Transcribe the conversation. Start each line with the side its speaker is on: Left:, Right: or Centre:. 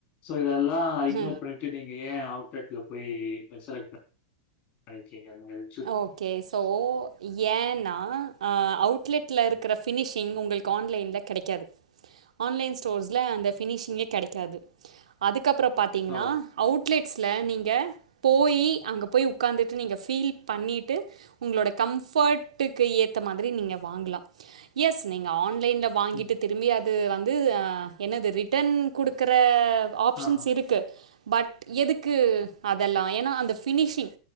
Left: சோ இதல்லா இக்னோர்
Right: ம்
Left: பண்ணிட்டு நீங்க ஏன் அவுட்லெட்ல போய் செலக்ட் பண் பண்ணிருகீங்க நீங்கள்
Right: ஓகே சோ ஏன்னா அவுட்லெட்ல இருக்கற ஃபினிஷிங் உங்களுக்கு ஆன்லைன்ல கெடைக்காது ஆன்லைன் ஸ்டோர்ஸ்ல அந்த பினிஷிங்கே கெடைக்காது அதுக்கப்புறம் பார்த்தீங்கனா
Left: ஓ!
Right: அவுட்லெட்ஸ்ல நீங்க போயி அங்க போய் உக்கார்ந்துட்டு நீங்க ஃபீல் பண்ணிட்டு உங்களோட கம்போர்ட்டுக்கு ஏத்த மாதிரி நீங்க வாங்கலா எஸ் நீங்க ஆன்லைன்ல வாங்கிட்டு
Left: ம்.
Right: திரும்பி அது வந்து என்னது ரிட்டர்ன் குடுக்கற ஆப்ஷன்ஸ்
Left: ஆஹா.
Right: இருக்கு பட் எதுக்கு அதல்லா ஏன்னா அந்த ஃபினிஷிங்